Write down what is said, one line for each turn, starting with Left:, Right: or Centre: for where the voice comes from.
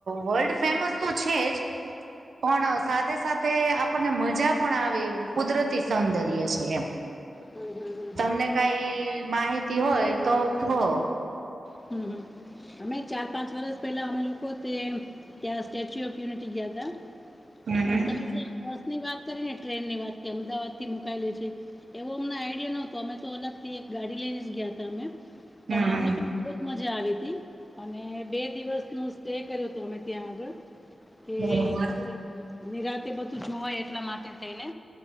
Right: વર્લ્ડ ફેમસ તો છે જ. પણ સાથે-સાથે આપણને મજા પણ આવે એવું કુદરતી સૌંદર્ય છે એમ.
Left: <inaudible> હમ્મ-હમ્મ-હમ્મ.
Right: તમને કાંઈ માહિતી હોય તો કહો.
Left: હમ્મ-હમ્મ. અમે ચાર-પાંચ વરસ પહેલા અમે લોકો તે ત્યાં સ્ટેચ્યુ ઓફ યુનિટી ગયા તા.
Right: હમ
Left: પણ
Right: હમ
Left: તમે જે બસ ની વાત કરી ને ટ્રેન ની વાત, કે અમદાવાદ થી મુકાયેલી છે એવો અમને આઈડિયા નતો. અમે તો અલગથી એક ગાડી લઈને જ ગયા તા અમે. પણ
Right: હમ
Left: અમને
Right: હમ
Left: તો બહોત મજા આવી તી. અને બે દિવસ નો સ્ટે કર્યો તો અમે ત્યાં આગળ. <unintelligible>
Right: બરોબર
Left: નીરાતે બધું જોવાય એટલા માટે થઈને.